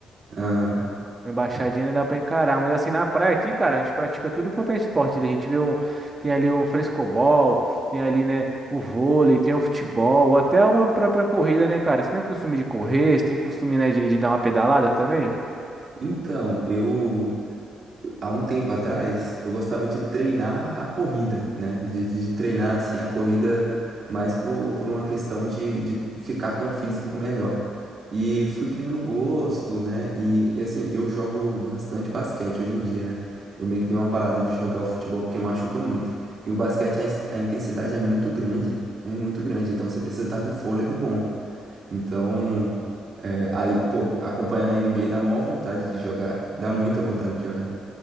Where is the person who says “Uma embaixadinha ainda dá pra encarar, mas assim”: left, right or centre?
Right